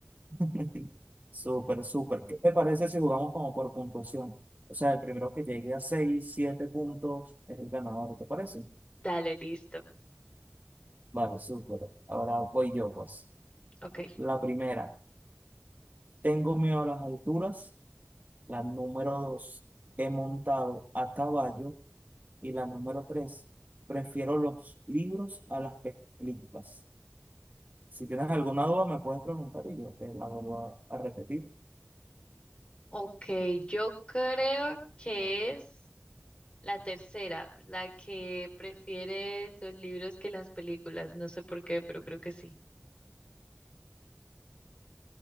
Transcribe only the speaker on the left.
Dale, listo.
Ok.
Ok, yo creo que es la tercera, la que prefieres los libros que las películas. No sé por qué, pero creo que sí.